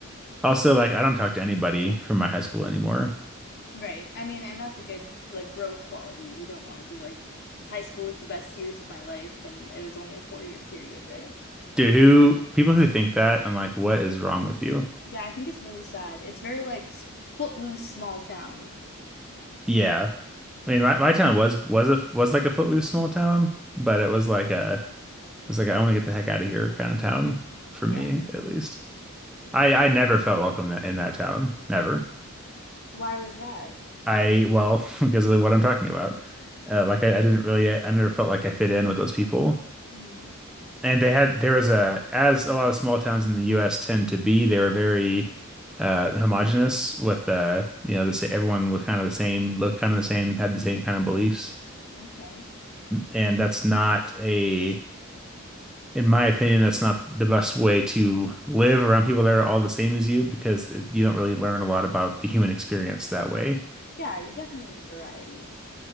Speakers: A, in the centre; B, on the left (about 50°).
A: also, like, I don't talk to anybody from my high school anymore,
B: Right. I mean, and that's a good like growth quality. You don't want to be like high school was the best years of my life and it was only a four year period, right?
A: dude. Who people who think that I'm like, what is wrong with you?
B: Yeah, I think it's really sad. It's very like s- footloose small town.
A: Yeah, I mean, my, my town was was a was like a footloose small town, but it was like a it's like I want to get the heck out of here kind of town for
B: Yeah.
A: me at least.
B: Yeah.
A: I I never felt welcome that, in that town, never.
B: Why was that?
A: I well <laughs> because of what I'm talking about. Uh, like I, I didn't really I never felt like I fit in with those people
B: Mm,
A: And they had there was a as a lot of small towns in the U.S. tend to be, they were very uh, homogenous with uh, you know the, everyone was kind of the same, looked kind of the same, had the same kind of beliefs,
B: okay.
A: and that's not a in my opinion that's not the best way to live around people that are all the same as you because you don't really learn a lot about the human experience that way.
B: Yeah, you definitely need variety.